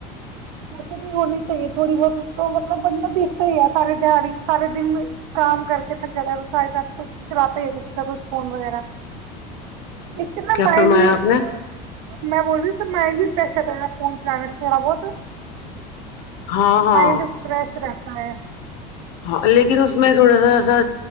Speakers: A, on the right; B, on the left.
A: ویسے بھی ہونی چاہیے تھوڑی بہت تو مطلب بند دیکھتا ہی ہے سارے دہاڑی سارے دن کام کر کے تھک جاتا ہے تو سارے ساتھ تو چلاتا ہی رش کچھ فون وغیرہ <unintelligible> ایک نا
B: کیا
A: مائنڈ
B: فرمایا
A: بھی
B: آپ نے
A: میں بول رہی س مائنڈ بھی فرش فون چلانا تھوڑاہت
B: ہاں ہاں
A: مائنڈ فریش رہتا <unintelligible>
B: ہاں لیکن اس میں تھوڑا سا ایسا